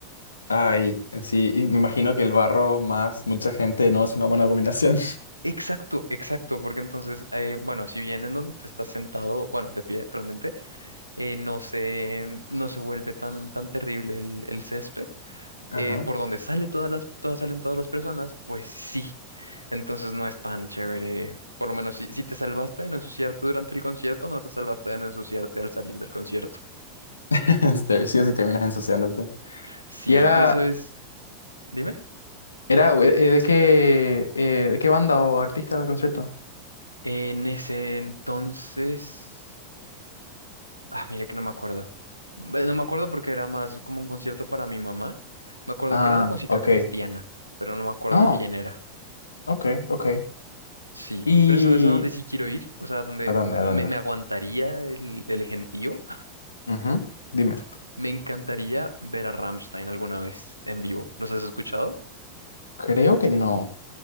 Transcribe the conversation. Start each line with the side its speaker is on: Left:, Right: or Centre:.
Left: ay, sí, y me imagino que el barro más mucha gente no es una buena combinación. <laughs>
Right: Exacto, exacto, porque entonces, eh, bueno, si bien en donde te estás sentado, bueno, de pie realmente, eh, no se, no se vuelve tan, tan terrible el, el césped,
Left: Ajá.
Right: eh, por donde sale todas las, todas salen todas las personas, pues sí, entonces no es tan chévere, por lo menos si, si te salvaste de no ensuciarte durante el concierto, no te salvaste de no ensuciarte al salir del concierto.
Left: <laughs> Este, Sí o sí terminas ensuciándote.
Right: Sí,
Left: Y era,
Right: pero eso es, dime,
Left: era eh, ¿de qué, eh, de qué banda o artista del concierto?
Right: en ese entonces... Ah, mira que no me acuerdo. Ve- No me acuerdo porque era más como un concierto para mi mamá. Me acuerdo
Left: Ah,
Right: que era de música
Left: ok.
Right: cristiana, pero no me acuerdo
Left: Oh,
Right: quién era.
Left: ok, ok.
Right: Sí,
Left: Y...
Right: pero ¿sabes a dónde sí quiero ir? O sea, donde
Left: ¿A dónde?
Right: me,
Left: ¿A dónde?
Right: me aguantaría el, el gentío. <laughs>
Left: ujú, Dime.
Right: Me encantaría ver a Rammstein alguna vez en vivo. ¿Los has escuchado?
Left: Creo que no.